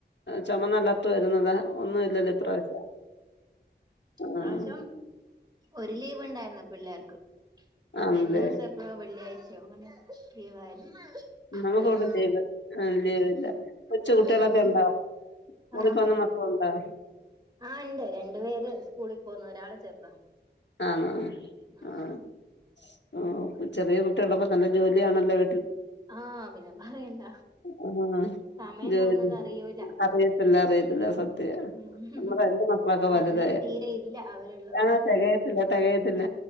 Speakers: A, on the left (about 75°); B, on the right (about 25°).
A: ചുമന്നല്ലാത്ത വരുന്നത് ഒന്നും ഇല്ലല്ലോ ഇപ്രാവശ്യം
B: ഇപാവശ്യം
A: ആഹ്
B: ഒരു ലീവ് ഇണ്ടാരുന്ന് പിള്ളേർക്ക്
A: ആണല്ലേ
B: കഴിഞ്ഞ ദിവസം എപ്പോഴ വെള്ളിയാഴ്ചയോ അങ്ങനെ ലീവായിരുന്നു
A: നമുക്ഇവടെ
B: മഴയായിട്ട്
A: ലീവ് ആഹ് ലീവ്ഇല്ല
B: ഉം
A: കൊച്ച കുട്ടിളൊക്കെ
B: ആഹ്
A: ഇണ്ടോ സ്കൂളി
B: ആഹ്
A: പോന്ന മക്കളുണ്ടോ
B: ആഹ് ഇണ്ട് രണ്ടു പേര് സ്കൂളിൽ പോന്ന ഒരാള് ചെറുതാ
A: ആഹ്
B: ഉം
A: ആഹ് ആഹ് ചെറിയ കുട്ടികളപ്പോ നല്ല ജോലി ആണല്ലോ
B: ആഹ്പിന്നെ പറയണ്ട
A: ആഹ്
B: സമയം
A: ജോലി
B: പോകുന്നത് അറിയൂല
A: അറിയത്തില്ല അറിയത്തില്ല സത്യ
B: ഉം
A: നമ്മള എന്റെ മക്ക വക വലുത
B: സമയം തീരെ ഇല്ല അവരുള്ളത്
A: ആഹ്
B: കൊണ്ട്
A: തെകയതി തികയത്തില്ല